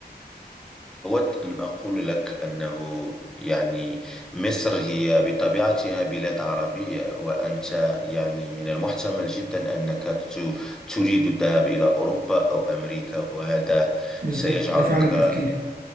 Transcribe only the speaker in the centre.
أود أن أقول لك أنه يعني مصر هي بطبيعتها بلاد عربية وأنت يعني من المحتمل جدا أنك ت- تريد الذهاب إلى أوروبا أو أمريكا وهذا
سيجعلك